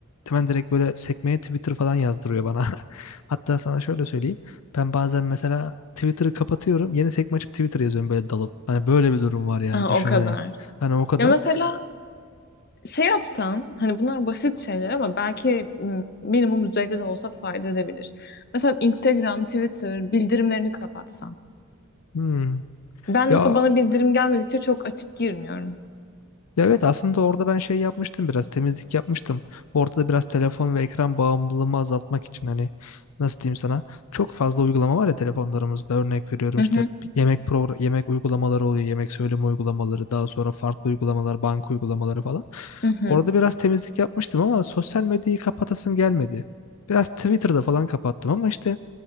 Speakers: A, on the left; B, on the left.
A: hemen direkt böyle sekmeye Twitter falan yazdırıyor bana. <laughs> Hatta sana şöyle söyleyeyim. Ben bazen mesela Twitter'ı kapatıyorum. Yeni sekme açıp Twitter yazıyorum böyle dalıp. Hani böyle bir durum var yani
B: Ha,
A: düşün
B: o kadar.
A: hani. Hani o kadar.
B: Ya mesela Şey yapsan hani bunlar basit şeyler ama belki m, minimum düzeyde de olsa fayda edebilir. Mesela Instagram, Twitter bildirimlerini kapatsan.
A: Hmm.
B: Ben
A: Ya
B: mesela bana bildirim gelmedikçe çok açıp girmiyorum.
A: Ya evet aslında orada ben şey yapmıştım biraz temizlik yapmıştım. Orada da biraz telefon ve ekran bağımlılığımı azaltmak için hani nasıl diyeyim sana çok fazla uygulama var ya telefonlarımızda örnek veriyorum
B: Hı
A: işte
B: hı
A: yemek program yemek uygulamaları oluyor yemek söyleme uygulamaları daha sonra farklı uygulamalar banka uygulamaları falan.
B: hı hı.
A: Orada biraz temizlik yapmıştım ama sosyal medyayı kapatasım gelmedi. Biraz Twitter'da falan kapattım ama işte